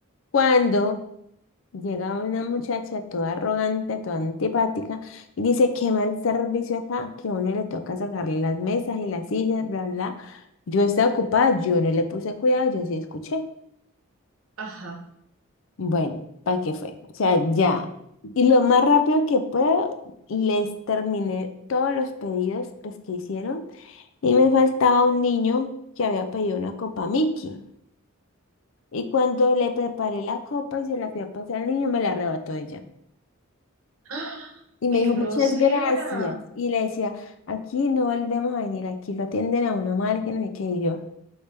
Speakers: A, on the left; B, on the right.
A: Cuando llega una muchacha toda arrogante, toda antipática, y dice, qué mal servicio acá, que a uno le toca sacarle las mesas y las sillas, bla, bla. Yo estaba ocupada, yo no le puse cuidado, yo sí escuché.
B: Ajá.
A: Bueno, ¿para qué fue? O sea, ya. Y lo más rápido que puedo, les terminé todos los pedidos pues, que hicieron. Y me faltaba un niño que había pedido una copa Mickey. Y cuando le preparé la copa y se la fui a pasar al niño, me la arrebató ella.
B: ¡Ah!
A: Y me
B: ¡Qué
A: dijo,
B: grosera!
A: muchas gracias. Y le decía, aquí no volvemos a venir, aquí lo atienden a uno mal, que no sé qué. Y yo,